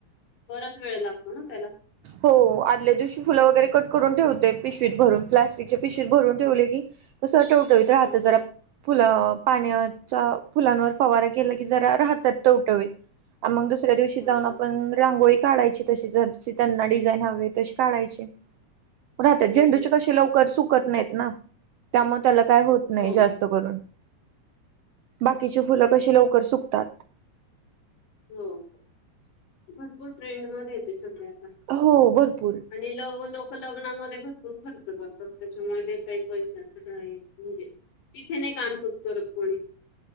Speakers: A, on the left; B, on the right.
A: बराचं वेळ लागतो नां त्याला. -
B: होंअ आदल्या दिवशी फुलं वगैरे कट करून ठेवतेय, पिशवीत भरून प्लास्टिकची पिशवीत भरून ठेवले कीं. - कसं ठेवटवीत राहात
A: हा हा
B: जरां फुलं. पाण्यांचा फुलांनवर फवांरा केला कीं जरां राहतातं टवटवीत मगं दू. दुसऱ्या दिवशी
A: हा
B: जाऊन.
A: हा
B: आपण रांगोळी काढायची तशी जशी् त्यांना डझाईन हवी तशी काढायचीं. पणं
A: हम्म
B: झेंडू
A: हम्म
B: कशी लवकर सूकं सूकत नाही नां त्यामुळे त्याला काई होत नाही.
A: हो
B: जास्त करूनं बाकीची फुलं कशी अ लवकर सुकतातं.
A: होंअ भरपूर ट्रेंड मध्ये येते सगळे आतां.
B: होंअ भरपूरं.
A: आणि लव लोक लग्नामध्ये भरपूर खर्च करतात. त्याच्यामध्ये काही पैसे असं काही म्हणजे तिथे नाही कानंकूस करत कोणी.